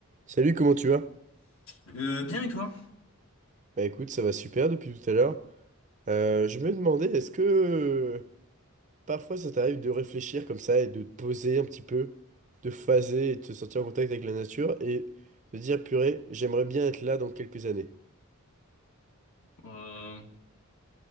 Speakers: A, on the right; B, on the left.
A: Salut, comment tu vas?
B: Euh, bien et toi?
A: Bah écoute, ça va super depuis tout à l'heure. Euh, je me demandais, est-ce que euh, parfois ça t'arrive de réfléchir comme ça et de te poser un petit peu, de phaser et de te sentir en contact avec la nature et de dire, purée, j'aimerais bien être là dans quelques années.
B: Euh,